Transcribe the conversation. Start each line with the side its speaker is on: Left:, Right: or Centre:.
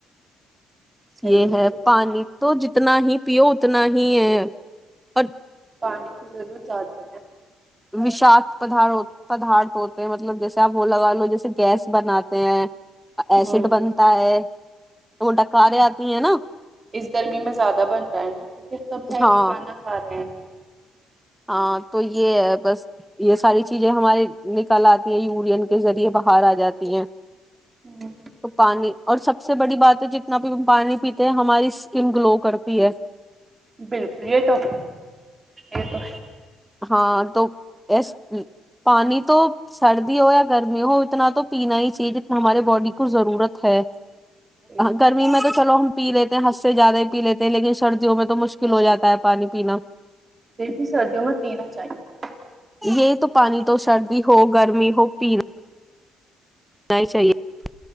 Right: صحیح
Centre: یہ ہے
Right: بالکل
Centre: پانی تو جت اتنا ہی پیو اتنا ہی ہے اور
Right: پانی کی ضرورت زیادہ ہے
Centre: وشاکقت پد پدارھ ہوتے ہیں مطلب جیسے آپ وہ لگا لو جیسے گیس بناتے ہیں ایسڈ
Right: ہوں
Centre: بنتا ہے وہ ڈکاریں آتی ہیں نا
Right: اس گرمی میں زیادہ بن رہا ہے نا کیونکہ سب ہے
Centre: ہاں
Right: وہ کھانا کھا رہے ہیں
Centre: ہاں تو یہ ہے بس یہ ساری چیزیں ہمارے نکل آتی ہیں یورین کے ذریعے باہر آ جاتی ہیں
Right: ہیں
Centre: ک پانی اور سب سے بڑی بات ہے جتنا بھی ہم پانی پیتے ہیں ہماری اسکن گلو کرتی ہے
Right: بالکل یہ تو یہ تو ہے
Centre: ہاں توس پانی تو سردی ہو یا گرمی ہو اتنا تو پینا ہی چاہیے جتنا ہمارے باڈی کو ضرورت ہے
Right: بالکل
Centre: گرمی میں تو چلو پی لیتے ہیں ہد سے زیادہ ہی پی لیتے ہیں لیکن سردیوں میں تو مشکل ہو جاتا ہے پانی پینا
Right: پھر بھی سردیوں میں پینا چاہیے
Centre: یہ تو پانی تو سردی ہو گرمی ہو پیا ب ہی چاہیے <unintelligible>